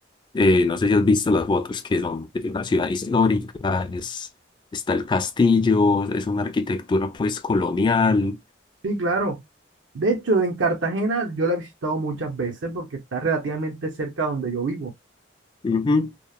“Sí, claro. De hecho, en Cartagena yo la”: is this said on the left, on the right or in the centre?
Right